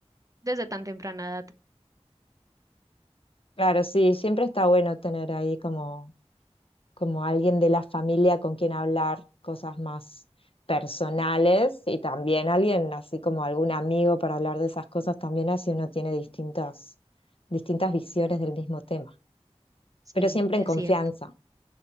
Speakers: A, on the right (about 30°); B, on the left (about 55°).
A: desde tan temprana edad.
B: Claro, sí, siempre está bueno tener ahí como, como alguien de la familia con quien hablar cosas más personales y también alguien así como algún amigo para hablar de esas cosas también así uno tiene distintas, distintas visiones del mismo tema,
A: Sí,
B: pero siempre
A: es
B: en confianza,
A: cierto.